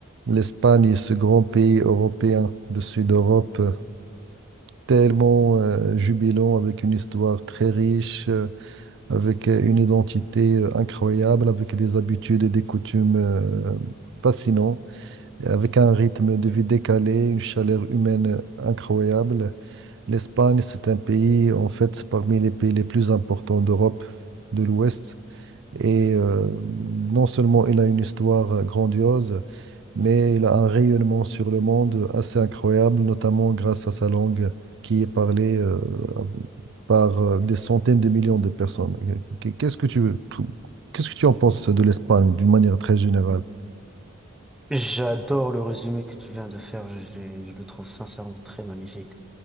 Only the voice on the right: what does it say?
L'Espagne est ce grand pays européen du sud d'Europe, euh, tellement euh, jubilant, avec une histoire très riche, euh, avec euh, une identité euh, incroyable, avec des habitudes et des coutumes euh, fascinants, avec un rythme de vie décalé, une chaleur humaine incroyable. L'Espagne, c'est un pays, en fait, parmi les pays les plus importants d'Europe de l'Ouest. Et euh, non seulement il a une histoire grandiose, mais il a un rayonnement sur le monde assez incroyable, notamment grâce à sa langue qui est parlée euh, par euh, des centaines de millions de personnes. Qu- Qu'est-ce que tu, qu'est-ce que tu en penses de l'Espagne d'une manière très générale?